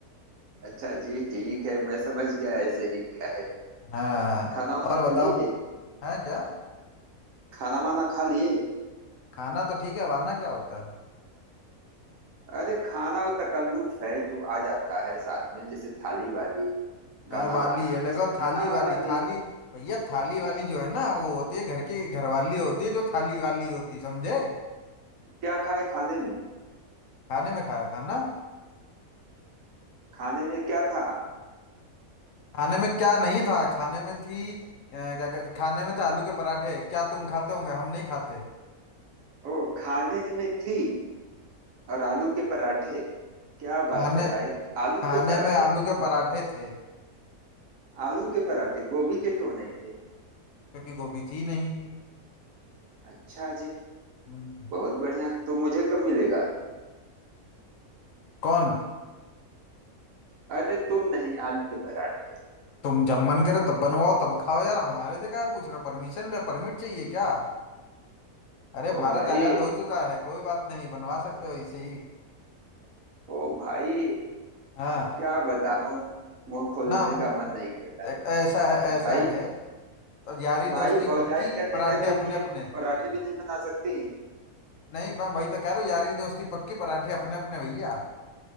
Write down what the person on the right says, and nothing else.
अच्छा जी ठीक है मैं समझ गया ऐसे ही क्या है
खाना वाना
खा
लिए
खाना वाना खा लिए
अरे खाना वो तकल्लुफ है जो आ जाता है साथ में जैसे थाली वाली
गाना
वाना
वैसे खाना
वाना
भी
हाँ।
क्या खाए खाने में
खाने में क्या था
ओ खाने में थी और आलू के पराठे क्या
बात है भाई आलू
के पराठे
आलू के पराठे गोभी के क्यों नहीं थे
अच्छा जी
बहुत बढ़िया तो मुझे कब मिलेगा
अरे तुम नहीं आलू के पराठे
ओ
भाई
ओ भाई
अब क्या बताओ मुंह खोलने
का मन नहीं करता
भाई
भाई
भौजाई
क्या
देवर के
लिए
पराठे भी नहीं बना सकती